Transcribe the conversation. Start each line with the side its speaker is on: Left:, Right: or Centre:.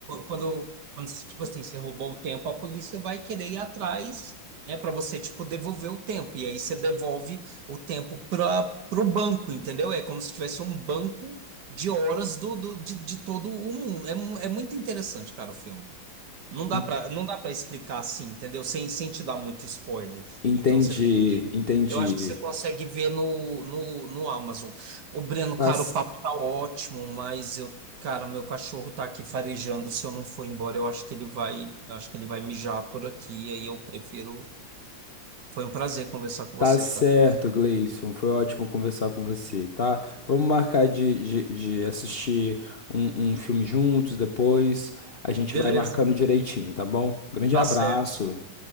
Right: quando, quando, tipo assim, você roubou o tempo, a polícia vai querer ir atrás, né, para você, tipo, devolver o tempo. E aí você devolve o tempo para o banco, entendeu? É como se tivesse um banco de horas do, do- de, de todo o mundo. É, mu- é muito interessante, cara, o filme. Não dá
Left: En-
Right: pra, não dá para explicar assim, entendeu? Sem, sem te dar muito spoiler.
Left: Entendi,
Right: Então você tem,
Left: entendi.
Right: eu acho que você consegue ver no, no, no Amazon. O Breno,
Left: Tá
Right: cara, o papo tá ótimo, mas eu, cara, meu cachorro tá aqui farejando. Se eu não for embora, eu acho que ele vai, acho que ele vai mijar por aqui. Aí eu prefiro. Foi um prazer conversar com você,
Left: Tá certo,
Right: cara.
Left: Gleison. Foi ótimo conversar com você, tá? Vamos marcar de, de, de assistir um, um filme juntos depois. A gente
Right: Beleza,
Left: vai marcando direitinho, tá bom? Grande
Right: tá
Left: abraço.
Right: certo.